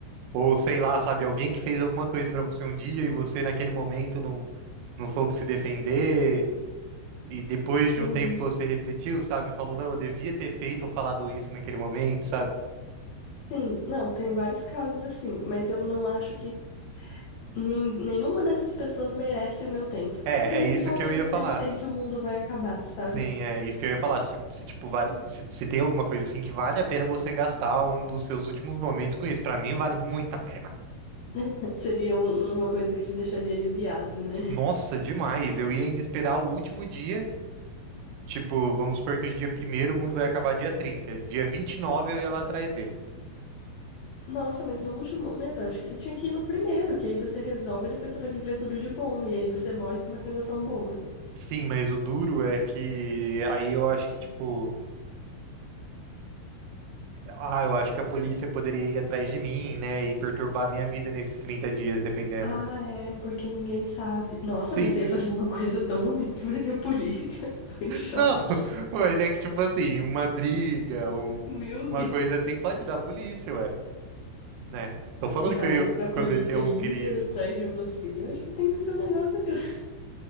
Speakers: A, on the right; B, on the left.
A: Ou sei lá, sabe? Alguém que fez alguma coisa pra você um dia e você naquele momento não, não soube se defender. E depois de
B: Sim,
A: um tempo você refletiu, sabe? Falou, não, eu devia ter feito ou falado isso naquele momento, sabe?
B: sim. Não, tem vários casos assim, mas eu não acho que nin- nenhuma dessas pessoas merece o meu tempo.
A: É,
B: Principalmente
A: é isso que eu ia
B: se
A: falar.
B: eu sei que o mundo vai acabar, sabe?
A: Sim, é isso que eu ia falar. Se, se, tipo, vale, se, se tem alguma coisa assim que vale a pena você gastar um dos seus últimos momentos com isso. Pra mim, vale muito a pena.
B: <laughs> Seria um- uma coisa que te deixaria aliviado, né?
A: Nossa, demais. Eu ia ainda esperar o último dia. Tipo, vamos supor que hoje é dia primeiro, o mundo vai acabar dia trinta Dia 29 eu ia lá atrás dele.
B: Nossa, mas no último momento, eu acho que você tinha que ir no primeiro, que aí você resolve e depois você vai viver tudo de bom, e aí você morre com uma sensação boa.
A: Sim, mas o duro é que aí eu acho que, tipo, ah, eu acho que a polícia poderia ir atrás de mim, né, e perturbar a minha vida nesses 30 dias, dependendo.
B: Ah, é, porque ninguém sabe. Nossa,
A: Sim,
B: mas você ia fazer uma <laughs> coisa tão ruim que vai ter polícia. <laughs> Tô em choque.
A: Não, <laughs> mas é que, tipo assim, uma briga, um-
B: Meu
A: uma
B: Deus.
A: coisa assim, pode dar polícia, ué, né? Tô falando
B: Tá,
A: que eu
B: mas pra polícia
A: cometi um
B: ir
A: crime.
B: atrás de você, eu acho que tem que ser um negócio <laughs> grande.